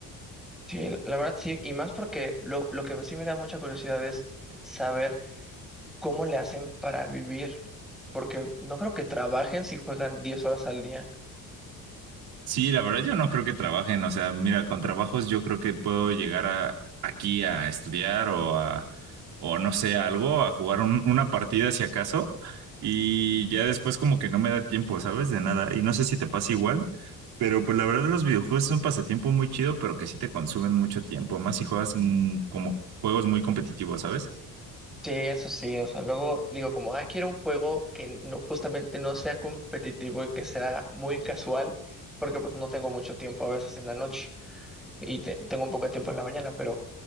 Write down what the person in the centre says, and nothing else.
Sí, la verdad sí, y más porque lo, lo que sí me da mucha curiosidad es saber cómo le hacen para vivir, porque no creo que trabajen si juegan 10 horas al día.
Sí, eso sí, o sea, luego digo como, ah, quiero un juego que no, justamente no sea competitivo y que sea muy casual, porque pues no tengo mucho tiempo a veces en la noche y te- tengo un poco de tiempo en la mañana, pero